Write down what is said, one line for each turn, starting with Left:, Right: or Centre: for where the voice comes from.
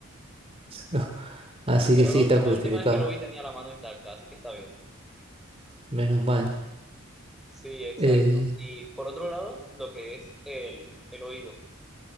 Right: <laughs> Así
Centre: Pero
Right: que sí,
Centre: Ah, la,
Right: está
Centre: pues
Right: justificado,
Centre: la última vez que lo vi tenía la mano intacta, así que está bien.
Right: menos mal.
Centre: Sí, exacto.
Right: Eh,
Centre: Y por otro lado, lo que es el, el oído